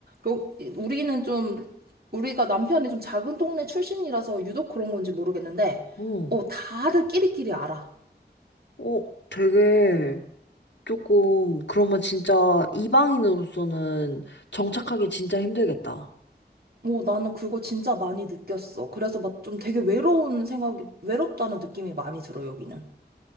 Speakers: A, on the right (about 60°); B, on the left (about 85°).
A: 요, 우리는 좀, 우리가 남편이 좀 작은 동네 출신이라서 유독 그런 건지 모르겠는데,
B: 응.
A: 어, 다들 끼리끼리 알아.
B: 어, 되게 조금 그러면 진짜 이방인으로서는 정착하기 진짜 힘들겠다.
A: 뭐 나는 그거 진짜 많이 느꼈어. 그래서 막 좀 되게 외로운 생각이, 외롭다는 느낌이 많이 들어, 여기는.